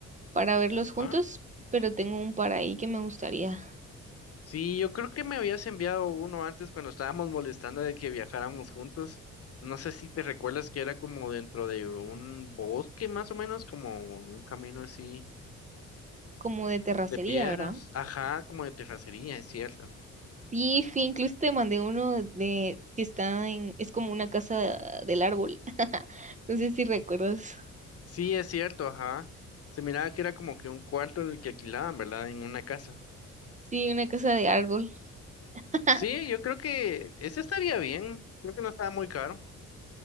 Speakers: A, on the right; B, on the left.
A: para verlos
B: ¿va?
A: juntos, pero tengo un para ahí que me gustaría,
B: Sí, yo creo que me habías enviado uno antes cuando estábamos molestando de que viajáramos juntos. No sé si te recuerdas que era como dentro de un bosque más o menos, como un camino así
A: como de terracería,
B: De piedras.
A: ¿verdad?
B: Ajá, como de terracería, es cierto.
A: y sí, incluso te mandé uno de que está en, es como una casa del árbol. <laughs> No sé si recuerdas.
B: Sí, es cierto, ajá. Se miraba que era como que un cuarto en el que alquilaban, ¿verdad? En una casa.
A: Sí, una casa de árbol. <laughs>
B: Sí, yo creo que ese estaría bien. Creo que no estaba muy caro.